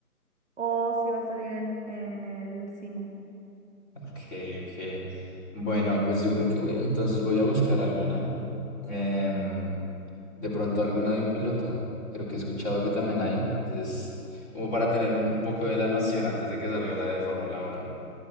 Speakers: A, in the centre; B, on the left.
A: o si va a salir en, en el cine.
B: Ok, ok. Bueno, pues yo creo que voy, entonces voy a buscar alguna. Em, de pronto alguna de un piloto. Creo que he escuchado que también hay, antes, como para tener un, un poco de la noción antes de que salga la de Fórmula Uno.